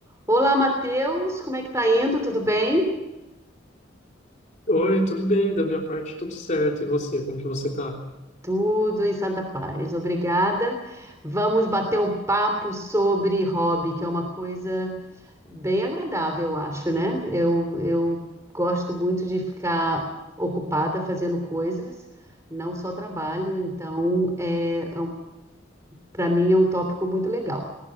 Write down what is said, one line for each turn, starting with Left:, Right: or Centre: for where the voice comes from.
Right: Olá, Matheus, como é que tá indo? Tudo bem?
Left: Oi, tudo bem? Da minha parte, tudo certo. E você, como que você tá?
Right: Tudo em santa paz, obrigada. Vamos bater um papo sobre hobby, que é uma coisa bem agradável, eu acho, né? Eu, eu gosto muito de ficar ocupada fazendo coisas, não só trabalho, então é, para mim é um tópico muito legal.